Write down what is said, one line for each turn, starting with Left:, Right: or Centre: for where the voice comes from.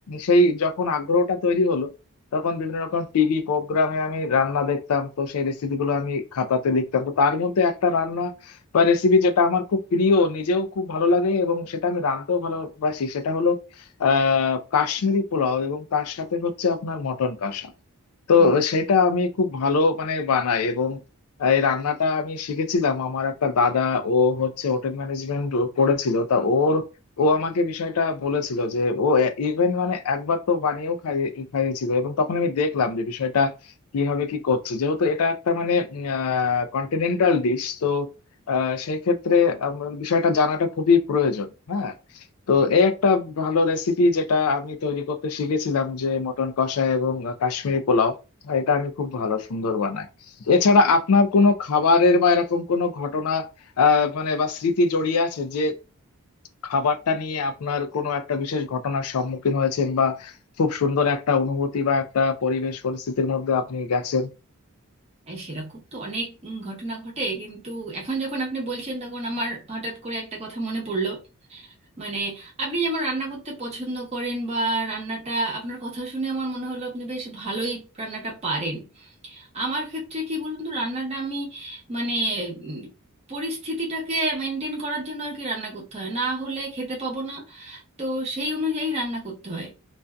Left: সেই যখন আগ্রহটা তৈরি হলো তখন বিভিন্ন রকম টিভি প্রোগ্রামে আমি রান্না দেখতাম তো সেই রেসিপি গুলো আমি খাতাতে লিখতাম তো তার মধ্যে একটা রান্না বা রেসিপি যেটা আমার খুব প্রিয় নিজেও খুব ভালো লাগে এবং সেটা আমি রাঁধতেও ভালোবাসি সেটা হলো আহ কাশ্মীরি পোলাও এবং তার সাথে হচ্ছে আপনার মটন কষা তো
Right: হুম।
Left: সেটা আমি খুব ভালো মানে বানাই এবং এই রান্নাটা আমি শিখেছিলাম আমার একটা দাদা ও হচ্ছে হোটেল ম্যানেজমেন্ট করেছিল তা ওর ও আমাকে বিষয়টা বলেছিল যে ও ইভেন মানে একবার তো বানিয়েও খাইয়ে খাইয়েছিল এবং তখন আমি দেখলাম যে বিষয়টা কিভাবে কি করছে যেহেতু এটা একটা মানে কন্টিনেন্টাল ডিশ তো আহ, সেই ক্ষেত্রে আমার বিষয়টা জানাটা খুবই প্রয়োজন হ্যাঁ তো এই একটা ভালো রেসিপি যেটা আমি তৈরি করতে শিখেছিলাম যে মটন কষা এবং কাশ্মীরি পোলাও এটা আমি খুব ভালো সুন্দর বানাই এছাড়া আপনার কোনো খাবারের বা এরকম কোনো ঘটনা আহ মানে বা স্মৃতি জড়িয়ে আছে যে খাবারটা নিয়ে আপনার কোনো একটা বিশেষ ঘটনার সম্মুখীন হয়েছেন বা খুব সুন্দর একটা অনুভূতি বা একটা পরিবেশ পরিস্থিতির মধ্যে আপনি গেছেন
Right: এই সেরকম তো অনেক উম, ঘটনা ঘটে কিন্তু এখন যখন আপনি বলছেন তখন আমার হঠাৎ করে একটা কথা মনে পড়লো মানে আপনি যেমন রান্না করতে পছন্দ করেন বা রান্নাটা আপনার কথা শুনে আমার মনে হলো আপনি বেশ ভালোই রান্নাটা পারেন আমার ক্ষেত্রে কি বলুন তো রান্নাটা আমি মানে উম, পরিস্থিতিটাকে মেনটেন করার জন্য আর কি রান্না করতে হয় না হলে খেতে পাবো না তো সেই অনুযায়ী রান্না করতে হয়